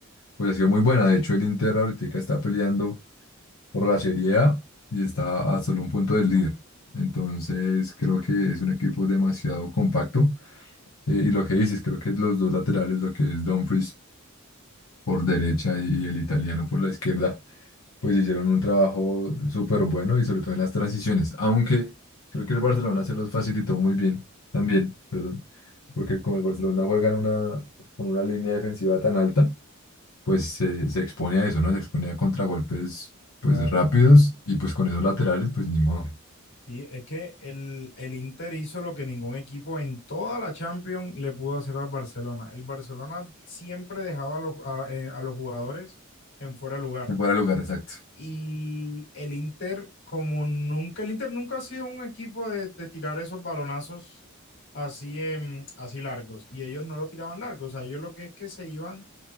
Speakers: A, on the left; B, on the left.
A: pues ha sido muy buena. De hecho, el Inter ahorita está peleando por la Serie A y está a solo un punto del líder. Entonces, creo que es un equipo demasiado compacto. Eh, y lo que dices, creo que los dos laterales, lo que es Dumfries por derecha y el italiano por la izquierda pues hicieron un trabajo súper bueno y sobre todo en las transiciones, aunque creo que el Barcelona se los facilitó muy bien, también, perdón, porque como el Barcelona juega en una, con una línea defensiva tan alta, pues se, se expone a eso, ¿no? Se expone a contragolpes pues
B: Claro.
A: rápidos y pues con esos laterales, pues ni modo,
B: Y es que el, el Inter hizo lo que ningún equipo en toda la Champions le pudo hacer al Barcelona. El Barcelona siempre dejaba a los, a eh, a los jugadores en fuera de lugar.
A: en fuera de lugar, exacto.
B: Y el Inter, como nunca, el Inter nunca ha sido un equipo de, de tirar esos balonazos así, en, así largos. Y ellos no lo tiraban largos. O sea, ellos lo que es que se iban